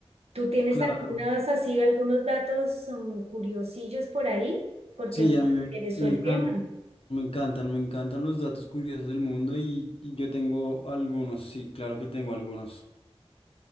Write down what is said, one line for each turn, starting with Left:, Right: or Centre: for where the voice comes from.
Right: ¿Tú tienes
Left: Claro,
Right: algunas así, algunos datos mm, curiosillos por ahí? Porque
Left: sí,
Right: me
Left: a
Right: interesó
Left: mí me, me
Right: el
Left: encantan,
Right: tema.
Left: me encantan, me encantan los datos curiosos del mundo y, y yo tengo algunos, sí, claro que tengo algunos.